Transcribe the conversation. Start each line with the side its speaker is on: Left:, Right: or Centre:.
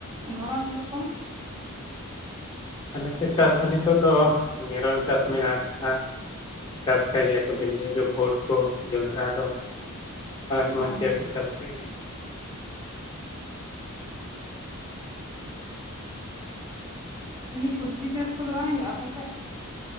Right: ᱫᱷᱚᱨᱚᱱ ᱦᱳᱲᱳ ᱠᱚ?
Left: ᱟᱞᱮᱥᱮᱫ ᱪᱟᱥ ᱫᱚ ᱱᱤᱛᱚᱜ ᱫᱚ ᱱᱤᱨᱚᱱ ᱪᱟᱥ ᱢᱮᱱᱟᱜ ᱟᱠᱟᱫᱟ ᱪᱟᱥ ᱠᱟᱜ ᱜᱮᱭᱟ ᱠᱚ ᱵᱷᱤᱱᱰᱤ ᱠᱚ ᱯᱷᱩᱴ ᱠᱚ ᱡᱚᱱᱰᱨᱟ ᱠᱚ ᱟᱨ ᱮᱢᱟᱱ
Right: ᱚ
Left: ᱛᱮᱭᱟᱜ ᱠᱚ ᱪᱟᱥ ᱟᱠᱟᱜ ᱜᱮ
Right: ᱮᱢᱱᱤ ᱥᱚᱵᱽᱡᱤ ᱪᱟᱥ ᱠᱚᱫᱚ ᱵᱟᱝ ᱦᱩᱭᱩᱜᱼᱟ ᱟᱯᱮᱥᱮᱫ?